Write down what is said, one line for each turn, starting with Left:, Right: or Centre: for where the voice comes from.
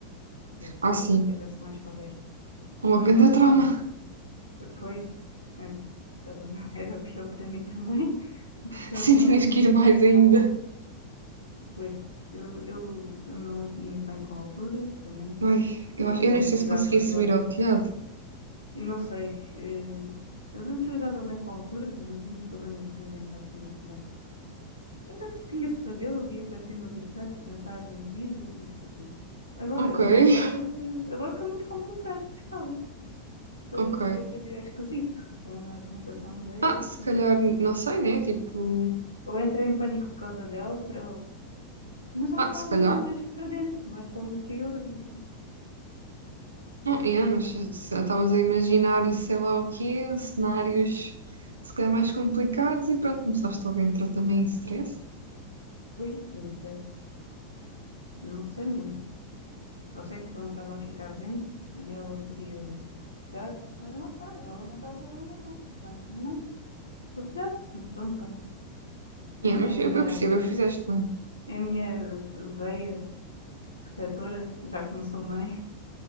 Left: Se
Right: Ah, sim,
Left: ela estivesse mais para a beira.
Right: uma
Left: Mas
Right: grande
Left: pronto,
Right: trauma.
Left: tá. Depois, é, estava- <laughs> era pior para mim também, <laughs>
Right: <laughs>
Left: porque eu
Right: Sim,
Left: não
Right: tinhas
Left: lido
Right: que
Left: muito
Right: ir mais
Left: bem com.
Right: ainda.
Left: Pois, eu, eu, eu não lido muito bem com alturas, pelo menos.
Right: Ai, eu acho,
Left: De
Right: eu nem
Left: Antes
Right: sei
Left: lidava
Right: se conseguia
Left: agora.
Right: subir ao telhado.
Left: Eu não sei. eh, Eu de antes lidava bem com alturas e não tinha problemas nenhum em relação a telhados. Eu de antes tinha pesadelos, ia para cima dos telhados pensar em vida e isso e Agora,
Right: Ok, <laughs>
Left: agora, agora foi muito complicado pescá-los. Foi,
Right: ok.
Left: foi é esquisito. Dá uma sensação bem
Right: Ah,
Left: esquisita.
Right: se calhar, não sei, né? Tipo,
Left: Ou entrei em pânico por causa dela, para... mas ela
Right: ah,
Left: estava
Right: se calhar,
Left: ali mais para dentro, mais para o interior do, do
Right: não é, mas se se estavas a imaginar, sei lá o quê, cenários se calhar mais complicados e pronto, começaste logo a entrar também em stress.
Left: Pois, não sei, não sei mesmo. Eu sei que pronto, estava a ficar vendo e ela podia ficar, mas não sei, ela não estava lá na ponta. Não, do telhado, mas pronto, olha.
Right: É, mas
Left: É a
Right: eu,
Left: minha,
Right: eu percebo, eu fizeste bem.
Left: é a minha veia protetora, já que não sou mãe,